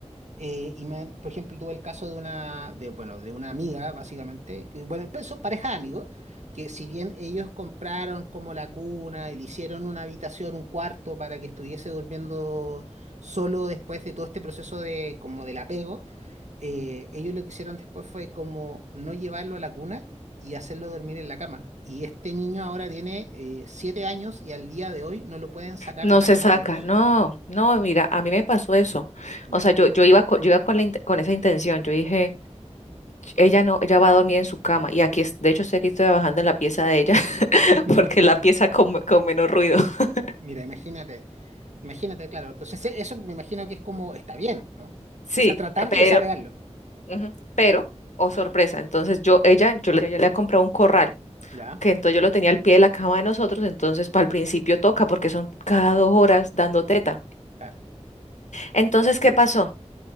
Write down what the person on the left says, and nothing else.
No
se
saca,
no, no, mira, a mí me pasó eso.
O sea, yo, yo iba, co- yo iba con, la in- con esa intención, yo dije, ella no, ella va a dormir en su cama y aquí, es- de hecho, estoy aquí trabajando en la pieza de ella <laughs>
porque es la pieza con, con menos ruido. <laughs>
Sí,
pero,
ujú, pero, oh
sorpresa, entonces yo, ella, yo le, ella le ha comprado un corral,
que entonces yo lo tenía al pie de la cama de nosotros, entonces para el principio toca porque son cada dos horas dando teta.
Entonces, ¿qué pasó?